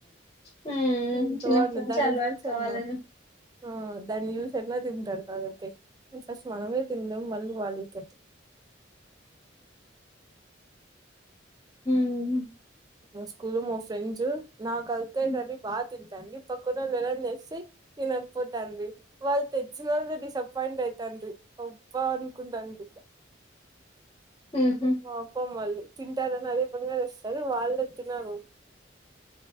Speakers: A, on the left (about 20°); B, on the right (about 20°).
A: హ్మ్
B: <unintelligible>
A: చిన్నప్పటి నుంచి
B: దాని
A: అలవాటు
B: చూసి చెప్పు
A: కావాలని
B: ఆ దాని చూసి ఎట్లా తింటారు అడికి ఫస్ట్ మనమే తినలేము మళ్ళీ వాళ్ళుతు
A: హుమ్
B: మా స్కూల్ మా ఫ్రెండ్స్ నా కయితే <unintelligible>
A: హుహు.
B: తింటాను పక్కన వాళ్ళు ఎలా చేసి తినకపోతాను వాళ్ళు తెచ్చిన వాళ్ళ డిష్ తేండితేండి ఉప్మా అన్కుంటండి
A: హ్మ్.
B: పాపం మళ్ళీ తింటారని అదే పనింగా ఇస్తారు వాళ్ళు తినరు